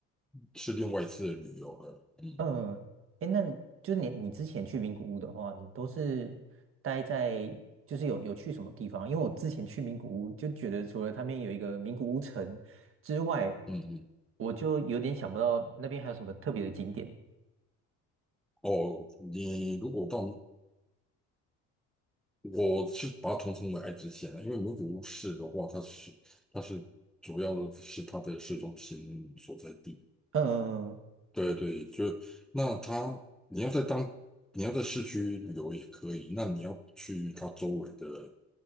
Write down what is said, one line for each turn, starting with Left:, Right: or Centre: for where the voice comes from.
Centre: 是另外一次的旅游了。嗯
Right: 嗯，哎，那就是你你之前去名古屋的话，你都是待在就是有有去什么地方？因为我之前去名古屋就觉得，除了他们有一个名古屋城之外，
Centre: 嗯嗯，
Right: 我就有点想不到那边还有什么特别的景点。
Centre: 哦，你如果到，我是把它统称为爱知县了，因为名古屋市的话，它是它是主要的是它的市中心所在地。
Right: 嗯，嗯嗯
Centre: 对对，就那它，你要在当你要在市区旅游也可以，那你要去它周围的